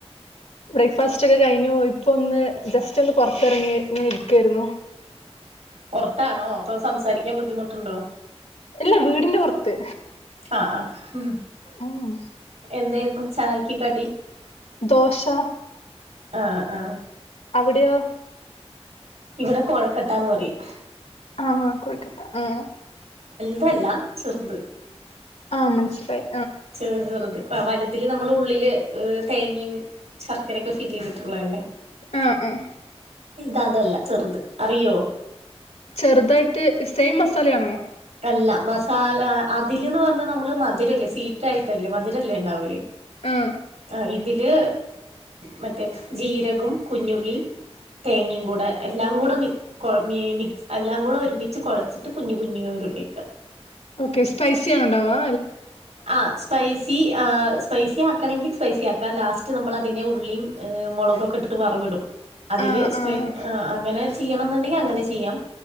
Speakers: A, on the left (about 80°); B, on the right (about 90°).
A: ബ്രേക്ക്ഫാസ്റ്റ് ഒക്കെ കഴിഞ്ഞു. ഇപ്പ ഒന്ന് ജസ്റ്റ് ഒന്ന് പുറതെറങ്ങി ഇങ്ങ ഇരിക്കയിരുന്നു.
B: പൊറത്താണോ പ്പൊ സംസാരിക്കാൻ ബുദ്ധിമുട്ടുണ്ടോ?
A: ഇല്ല വീടിന്റെ പുറത്ത്
B: ആ ആഹ
A: ഉം
B: എന്തായിരുന്ന്? ചായക്ക് കടി.
A: ദോശ.
B: ആഹ ആഹ
A: അവിടെയോ?
B: ഇവിടെ കോഴക്കെട്ടാന്ന് പറയും.
A: ആ കോഴിക്കട്ട ആ
B: തല്ല ചെറ്ത്
A: ആ മനസിലായി
B: ചെറ് ചെറ്ത് വലി തില് നമ്മള് ഉള്ളില് തേങ്ങിം ശർക്കരയൊക്കെ ഫില്ലേയ്തിട്ട്ള്ളതല്ലേ
A: ആ ആ
B: ഇത് അതല്ല ചെറ്ത് അറിയോ
A: ചെറുതായിട്ട് സെയിം മസാലയാണോ
B: അല്ല മസാല അതില്ന്ന് പറഞ്ഞാ നമ്മള് മധുരല്ലേ സ്വീറ്റ് ആയിട്ടല്ലേ മധ് രല്ലേണ്ടാവല്
A: ആഹ്
B: ആ ഇ തില് മറ്റേ ജീരകം കുഞ്ഞുള്ളി തേങ്ങേം കൂടെ എല്ലാം കൂടെ മി കൊ മി എല്ലാം കൂടെ ഒര്മിച്ച് കൊഴച്ചിട്ട് കുഞ്ഞി കുഞ്ഞി ഉരു ളെക്ക
A: ഓക്കെ സ്പൈസിയാണോണ്ടാവാ
B: ആ സ്പൈസി ഏ സ്പൈസി ആക്കണെങ്കി സ്പൈസി ആക്കാം ലാസ്റ്റ് നമ്മളതിനെ ഉള്ളിയും മൊളകൊക്കെ ഇട്ട്ട്ട് വറവിടും അതില്
A: ആഹ്
B: സ്പെ
A: ആഹ്
B: അ അങ്ങനെ ചെയ്യണന്ന്ണ്ടെങ്കി അങ്ങനെ ചെയ്യാം